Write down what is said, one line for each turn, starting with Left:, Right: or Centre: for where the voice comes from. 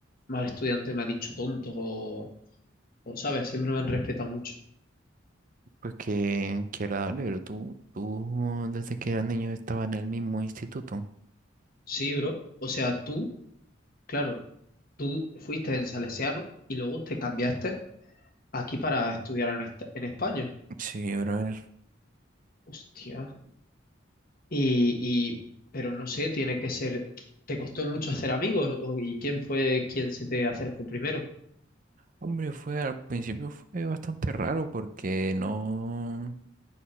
Left: mal estudiante me ha dicho tonto o, o, ¿sabes? Siempre me han respetado mucho.
Right: Pues que qué qué agradable, pero tú, tú desde que eras niño estaba en el mismo instituto.
Left: Sí, bro. O sea, tú, claro, tú fuiste en Salesiano y luego te cambiaste aquí para estudiar en, esta- en España.
Right: Sí, brother.
Left: Hostia. Y, y- pero no sé, tiene que ser, ¿te costó mucho hacer amigos? ¿O- ¿Y quién fue quien se te acercó primero?
Right: Hombre, fue al principio fue bastante raro porque no,